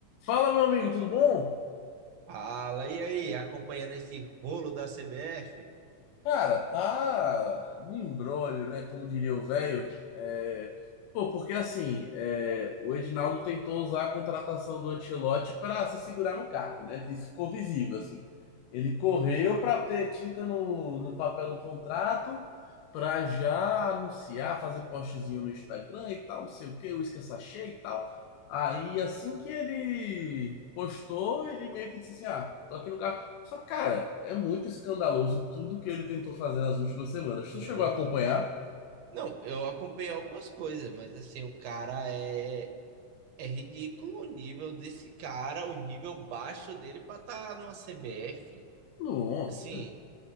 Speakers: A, on the left (about 85°); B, on the right (about 65°).
A: Fala, meu amigo, tudo bom?
B: Fala, e aí? Acompanhando esse rolo da CBF?
A: Cara, tá no imbróglio, né? Como diria o velho. É, Pô, porque assim, é, o Edinaldo tentou usar a contratação do Ancelotti pra se segurar no cargo, né? Isso ficou visível, assim. Ele correu pra ter tinta no, no papel do contrato, pra já anunciar, fazer postzinho no Instagram e tal, não sei o quê, uísque sachê e tal. Aí, assim que ele postou, ele meio que disse assim: Ah, eu tô aqui no cargo. Só que, cara, é muito escandaloso tudo que ele tentou fazer nas últimas semanas.
B: Muito.
A: Tu chegou a acompanhar?
B: Não, eu acompanhei algumas coisas, mas assim, o cara é, é ridículo o nível desse cara, o nível baixo dele pra estar tá numa CBF.
A: Não.
B: Assim,